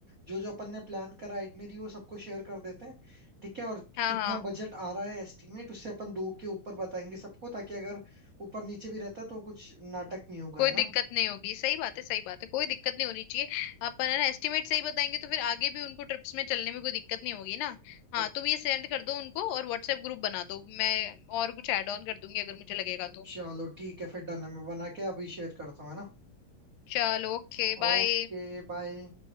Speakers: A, on the right (about 85°); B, on the left (about 80°).
A: जो जो अपन ने प्लान करा आइटनरी वो सबको शेयर कर देते हैं ठीक है और
B: हाँ
A: कितना
B: हाँ
A: बजट आ रहा है एस्टिमेट उससे अपन दो के ऊपर बताएंगे सबको ताकि अगर ऊपर नीचे भी रहता तो कुछ नाटक नहीं होगा
B: कोई
A: है ना
B: दिक्कत नहीं होगी सही बात है सही बात है कोई दिक्कत नहीं होनी चाहिए अपन है ना एस्टिमेट सही बताएंगे तो फिर आगे भी उनको ट्रिप्स में चलने में कोई दिक्कत नहीं होगी ना
A: तो
B: हाँ तुम ये सेंड कर दो उनको और व्हाट्सएप ग्रुप बना दो मैं और कुछ ऐड ऑन कर दूंगी अगर मुझे लगेगा तो
A: चलो ठीक है फिर डन है मैं बना के अभी शेयर करता हूँ है ना
B: चलो ओके
A: Okay
B: बाय
A: bye